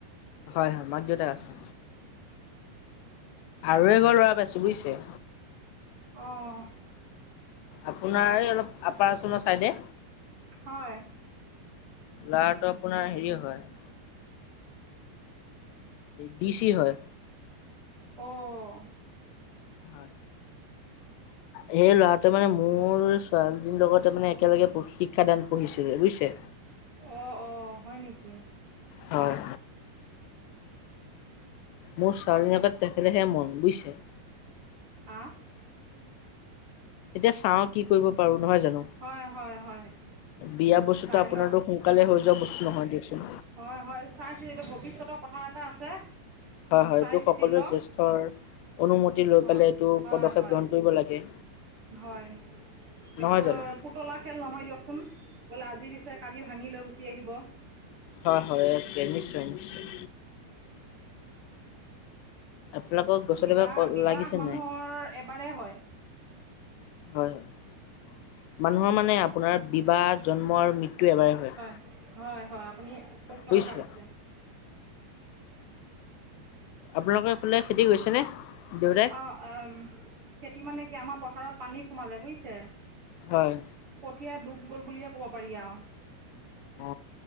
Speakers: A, on the left (about 80°); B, on the right (about 40°).
A: হয় হয়, মাক দেউতাক আছে। আৰু এঘৰ ল'ৰা পাইছো বুজিছে।
B: অ।
A: আপোনাৰ এই অলপ আপাৰ আসামৰ চাইডে
B: হয়
A: ল'ৰাটো আপোনাৰ হেৰি হয়। ডি চি হয়।
B: অহ।
A: হয়। সেই ল'ৰাটোৱে মানে মোৰ ছোৱালীজনীৰ লগতে মানে একেলগে শিক্ষা দান পঢ়িছিলে বুজিছে।
B: অ অ, হয় নেকি?
A: হয়। মোৰ ছোৱালজনীকে তেখেতেহে মন বুজিছে।
B: আহ
A: এতিয়া চাওঁ কি কৰিব পাৰো নহয় জানো।
B: হয়, হয়, হয়।
A: বিয়া বস্তুটো
B: চাই
A: আপোনাৰতো
B: লওক
A: সোনকালে হৈ যোৱা বস্তু নহয় দিয়কচোন।
B: হয়, হয়, চাইছিটি এইটো ভৱিষ্যতৰ কথা কথা এটা আছে।
A: হয়, হয়,
B: চাই
A: এইটো
B: চিতি
A: সকলোৰে
B: লওক
A: জ্যেষ্ঠৰ অনুমতি লৈ
B: হয়
A: পেলাই এইটো
B: হয়
A: পদক্ষেপ
B: হয়
A: গ্ৰহণ কৰিব লাগে।
B: হয়। এইটো
A: নহয় জানো।
B: পুতলা খেল নহয় দিয়কচোন বোলে আজি দিছে কালি ভাঙি লৈ গুচি আহিব।
A: হয়, হয়, একে নিশ্চয় নিশ্চয়। আপোনালোকক গছত
B: বিবাহ-বিবাহ
A: এবাৰ লাগিছে
B: মানুহৰ
A: নাই?
B: এবাৰেই হয়।
A: হয়, হয়, মানুহৰ মানে আপোনাৰ বিবাহ, জন্ম আৰু মৃত্যু এবাৰে হয়।
B: হয়, হয়, আপুনি সত্য
A: বুজিছে।
B: কথা কৈছে।
A: আপোনালোকৰ এইফালে খেতি গৈছে নে? দেউতা
B: অঁ খেতি মানে কি আমাৰ পথাৰত পানী সোমালে বুজিছে।
A: হয়।
B: কঠীয়া ডুব গল বুলিয়ে ক'ব পাৰি আৰু।
A: অ